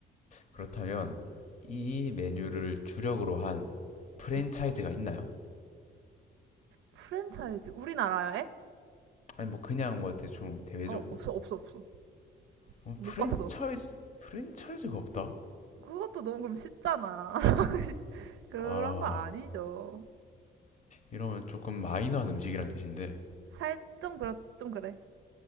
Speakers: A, on the left; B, on the right.
A: 그렇다면 이 메뉴를 주력으로 한 프랜차이즈가
B: 음,
A: 있나요?
B: 프랜차이즈 우리나라에?
A: 아니 뭐 그냥 뭐 대충 대외적으로.
B: 어, 없어, 없어, 없어.
A: 어,
B: 못
A: 프랜차이즈
B: 봤어.
A: 프랜차이즈가 없다.
B: 그것도 너무 그럼 쉽잖아. <laughs> 그런
A: 아
B: 거 아니죠.
A: 이러면 조금 마이너한 음식이란 뜻인데.
B: 살 좀 그렇 좀 그래.